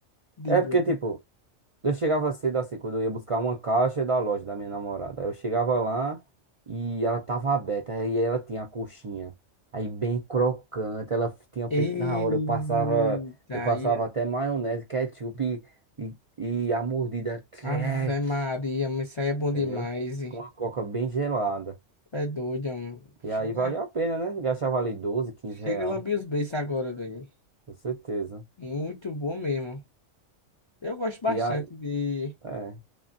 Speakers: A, on the left; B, on the right.
A: de
B: É
A: boa.
B: porque, tipo. Eu chegava cedo assim, quando eu ia buscar uma caixa da loja da minha namorada. Aí Eu chegava lá e ela tava aberta, aí ela tinha a coxinha. Aí bem crocante, ela f- tinha
A: Eita,
B: feito na hora. Eu passava, eu passava
A: aí. é.
B: até maionese, ketchup e, e, e a mordida trec,
A: Ave Maria, mano, isso aí é bom
B: entendeu?
A: demais. hein?
B: Com uma coca bem gelada.
A: É doido, mano.
B: E
A: Chega,
B: aí valia a pena, né? Gastava ali 12 15 real,
A: chega a lamber os beiços agora, doido.
B: com certeza.
A: Muito bom mesmo. Eu gosto bastante
B: E aí,
A: de,
B: é,